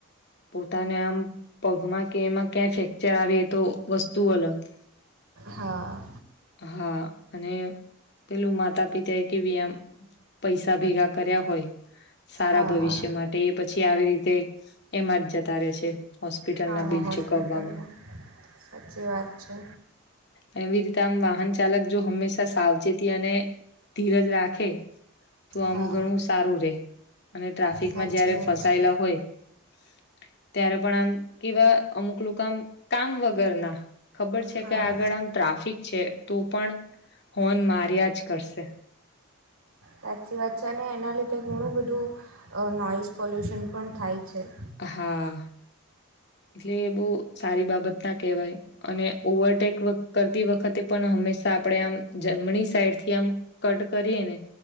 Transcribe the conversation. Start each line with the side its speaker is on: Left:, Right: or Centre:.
Left: પોતાને આમ પગમાં કે એમાં ક્યાં ફ્રેક્ચર આવે એ તો વસ્તુ અલગ. <inaudible>
Right: હા.
Left: હા અને. પેલું માતા પિતા એ કેવી આમ પૈસા ભેગા કર્યા હોય સારા
Right: હા
Left: ભવિષ્ય માટે એ પછી આવી રીતે એમાં જ જતા રહે છે હો હોસ્પિટલ
Right: હા
Left: ના બિલ
Right: હોસ્પિટલમાં
Left: ચુકવવામાં.
Right: સાચી વાત છે
Left: એવી રીતે આમ વાહન ચાલક જો હંમેશા સાવચેતી અને ધીરજ રાખે તો આમ
Right: હા
Left: ઘણું સારું રે અને ટ્રાફિકમાં
Right: સાચી
Left: જયારે
Right: વાત
Left: ફસાયેલા
Right: છે
Left: હોય ત્યારે પણ આમ કેવા અમુક લોકો આમ કામ વગર ના ખબર છે
Right: હા
Left: કે આગળ આમ ટ્રાફિક છે. તો પણ હોન માર્યા જ કરશે.
Right: સાચી વાત છે અને એના લીધે ઘણું બધું નોઈઝ પોલ્યુશન પણ થાય છે.
Left: હા. એટલે એ બહ સારી બાબત ના કહેવાય અને ઓવરટેક કરતી વખતે પણ હંમેશા આપડે આમ જમણી સાઈડ થી આમ કટ કરીએ ને.